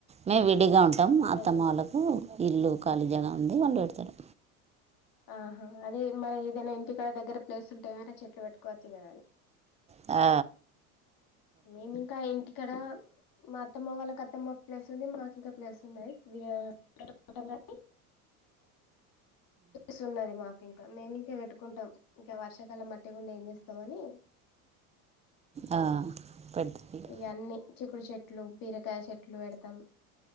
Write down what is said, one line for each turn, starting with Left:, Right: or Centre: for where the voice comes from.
Right: మేము విడిగా ఉంటాం మా అత్తమ్మ
Left: అదే
Right: వాళ్ళ ఇల్లు ఖాళీగా ఉంది వాళ్ళు పెడతారు
Left: ఆహా అదే మరి ఏదైనా ఇంటికాడ దగ్గర ప్లేస్ ఉంటే ఏమై చెట్లు పెట్టుకోవచ్చు కదా అని
Right: ఆ
Left: మేమి ఇంకా ఇంటికాడ మా అత్తమ్మ వాళ్ళకి అత్తమ్మ ప్లేస్ ఉంది మాకి ఇక ప్లేస్ ఉన్నాయి వి యా కుంటాం కాని ప్లేస్ ఉన్నది మాకు ఇంకా మేమి ఇంకా పెట్టుకుంటాం ఇంకా వర్షాకాలం మట్టి గుండా ఏం చేస్తామని
Right: ఆ పెడతారు
Left: ఇయన్నీ చిక్కుడు చెట్లు బీరకాయ చెట్లు పెడతాం